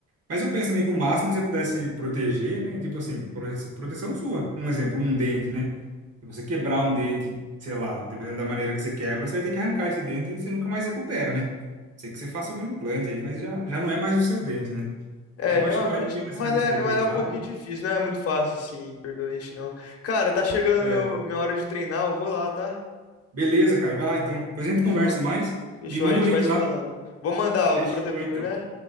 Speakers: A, on the right; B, on the left.
A: mas eu penso também que o máximo que você pudesse proteger, né? Tipo assim, prote- proteção sua. Um exemplo, um dente, né? Se você quebrar um dente, sei lá, dependendo da maneira que você quebra, você vai ter que arrancar esse dente e você nunca mais recupera, né? A Sei que você faça algum implante aí, mas já, já não é mais o seu dente, né?
B: É,
A: Então
B: realmente.
A: acho que vale a pena,
B: Mas
A: assim, você
B: é,
A: cuidar.
B: mas é um pouquinho
A: E,
B: difícil, não é muito fácil assim, perder o dente, não. Cara, tá chegando
A: é,
B: meu, minha hora de treinar, eu vou lá, tá?
A: beleza, cara. Vai lá então. Depois a gente
B: Fechou.
A: conversa mais.
B: Fechou,
A: Me manda
B: a gente
A: o link
B: vai se
A: lá.
B: falando. Vou mandar
A: Fechou
B: o do protetor,
A: então.
B: né?